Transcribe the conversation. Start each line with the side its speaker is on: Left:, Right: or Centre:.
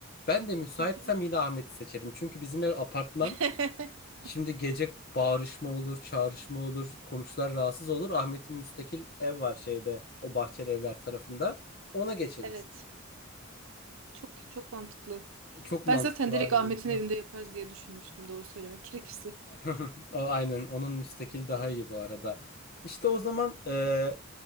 Left: ben de müsaitsem
Right: Hı hı.
Left: yine Ahmet'i seçelim. Çünkü bizim ev apartman.
Right: <laughs>
Left: Şimdi gece bağırışma olur, çağrışma olur, komşular rahatsız olur. Ahmet'in müstakil ev var şeyde o bahçeli evler tarafında. Ona geçeriz.
Right: Evet. Çok çok mantıklı.
Left: Çok mantıklı
Right: Ben zaten direkt
Left: aynı.
Right: Ahmet'in evinde yaparız diye düşünmüştüm doğru söylemek gerekirse.
Left: <laughs> O, Aynen onun müstakil daha iyi bu arada. İşte o zaman e,